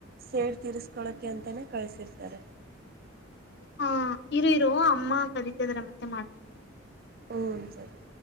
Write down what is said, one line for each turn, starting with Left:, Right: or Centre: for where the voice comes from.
Right: ಸೇಡ್ತಿರಿಸ್ ಕಳೋಕೆ ಅಂತನೇ ಕಳಿಸಿರ್ತಾರೆ.
Left: ಹಾ ಇರು ಇರೋ ಅಮ್ಮ ಕರೀತಿದಾರೆ ಮತ್ತೆ ಮಾಡ್ತೀನಿ.
Right: ಹ್ಮ ಸರಿ